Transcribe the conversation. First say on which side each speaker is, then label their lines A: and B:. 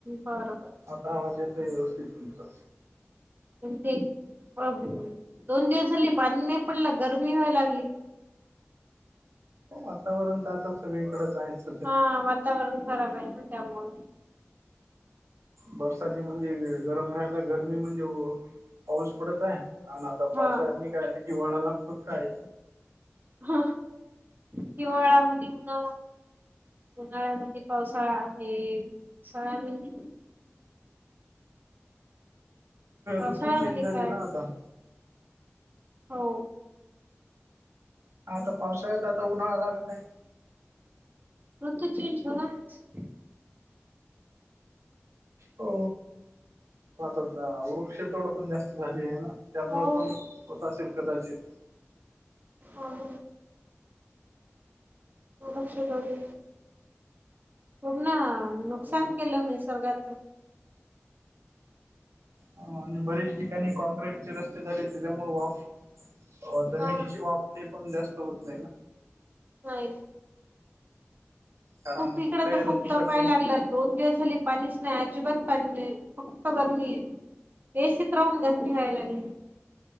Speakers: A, on the right; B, on the right.
A: बरोबर
B: आता आवाजच व्यवस्थित तुमचं
A: ते दोन दिवस झाली पाणी नाही पडलं गरमी वय लागली
B: वातावरण तर आता सगळीकडेचयचं
A: हा वातावरण खराब आहे ना त्यामुळे
B: बरसाची म्हणजे गरम रा्यायला गरमी म्हणजे पाऊस पडत आहे हा ना आता पावसाळ्यांत
A: हा
B: नी काय हिवाळा लागतो की काय
A: हो हिवाळामध्ये उन उन्हाळ्यामध्ये पावसाळा आहे पावसाळ्यामध्ये पावसाळ्यामध्ये
B: ऋतू चेंज झाली
A: काय
B: ना आता
A: हो
B: हा तर पावसाळ्यात आता उन्हाळा लागत आहे
A: र तो चेंज होणार
B: हो पाता वृक्ष तोडं पण जास्त झाली आहे ना त्यामुळे
A: हो
B: पण होत असेल कदाचित
A: ह हं दभक्ष दौरी पूर्ण नुकसान
B: आणि
A: केलं निसर्गाचं
B: हा ना बरेच ठिकाणी कॉक्र्रीटचे रस्ते झालेत, त्यांच्यामुळे वाफ जमिनीची
A: हा
B: वाफ ते पण जास्त होत नाही ना
A: नाही
B: कारण
A: खूप इकडं
B: कुठल्याही
A: तर खूप
B: ऋतूसाठी
A: तपाय
B: अ,
A: लागलं दोन दिवस झाले पाणीच नाही अजिबात पाणी नाही फक्त गरमी आहे एसीत राहून गर्मी व्हायला लागली